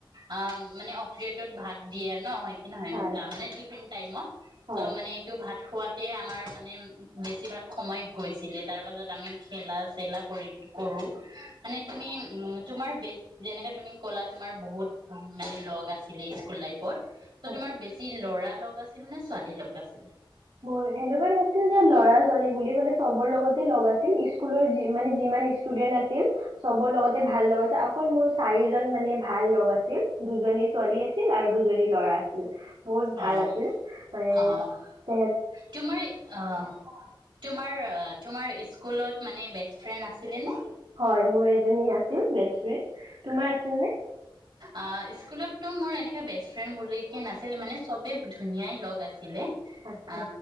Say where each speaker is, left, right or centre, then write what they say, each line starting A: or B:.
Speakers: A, on the right (about 65°); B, on the right (about 85°).
A: আ', মানে অফপিৰিয়ডত ভাত দিয়ে ন, সেই কি নহয়,
B: হয়
A: মানে টিফিন টাইমত,
B: হয়
A: চ' মানে এইটো ভাত থোৱাতেই আমাৰ মানে বেছিভাগ সময় গৈছিলে, তাৰ পাছত আমি খেলা, চেলা কৰি-কৰো, মানে তুমি, উম', তোমাৰ বেচ, যেনেকে তুমি ক'লা তোমাৰ বহুত মানে লগ আছিলে স্কুল লাইফত, চ',
B: আচ্ছা
A: তোমাৰ বেছি ল'ৰালগ লগ আছিল নে ছোৱালী লগ আছিল?
B: মোৰ সেনেকুৱা নাছিল যে ল'ৰা -ছোৱালী বুলি মানে চবৰ লগতে লগ আছিল। স্কুলৰ মানে যিমান ষ্টুডেন্ট আছিল চবৰ লগতে ভাল লগ, অকল মোৰ চাৰিজন মানে ভাল লগ আছিল। দুজনী ছোৱালী আছিল আৰু দুজনী ল'ৰা আছিল বহুত ভাল
A: অ'
B: আছিল মানে,
A: অ'
B: তে,
A: তোমাৰ অ', তোমাৰ অ ', তোমাৰ স্কুলত মানে বেষ্ট ফ্ৰেণ্ড আছিলে নে?
B: হয়, মোৰ এজনী আছিল বেষ্ট ফ্ৰেড। তোমাৰ আছিল নে?
A: আঃ স্কুলততো মোৰ এনেকাে বেষ্ট ফ্ৰেণ্ড বুলি কে, নাছিল মানে চবে ধুনীয়াই লগ আছিল। আছিলে
B: আচ্ছা
A: অ